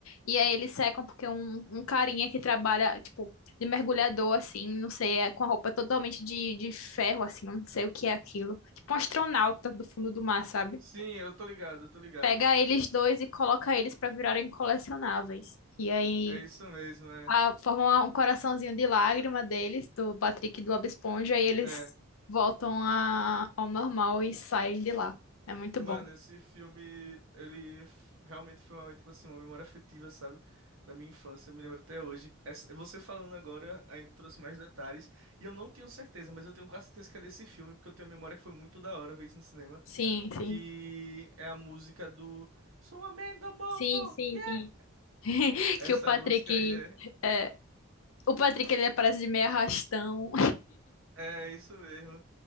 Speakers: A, on the left; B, on the right.
A: E aí, eles secam porque um, um carinha que trabalha, tipo, de mergulhador, assim, não sei, é com a roupa totalmente de, de ferro, assim, não sei o que é aquilo. Tipo um astronauta do fundo do mar, sabe?
B: Sim, eu tô ligado, eu tô ligado.
A: Pega eles dois e coloca eles pra virarem colecionáveis. E aí,
B: É isso mesmo, é.
A: a- formam uma- um coraçãozinho de lágrima deles, do Patrick e do Bob Esponja, e eles
B: É.
A: voltam a- ao normal e saem de lá. É muito
B: Mano,
A: bom.
B: esse filme, ele f- realmente foi uma, tipo assim, uma memória afetiva, sabe? Da minha infância, eu me lembro até hoje. Essa- você falando agora ainda trouxe mais detalhes. E eu não tenho certeza, mas eu tenho quase certeza que é desse filme, porque eu tenho uma memória que foi muito da hora ver isso no cinema.
A: Sim, sim.
B: Que é a música do Sou amendo bobo!
A: Sim, sim,
B: Yeah!
A: sim. <laughs>
B: Essa
A: Que o Patrick.
B: música aí é.
A: é, o Patrick ele aparece de meio arrastão.
B: É isso mesmo.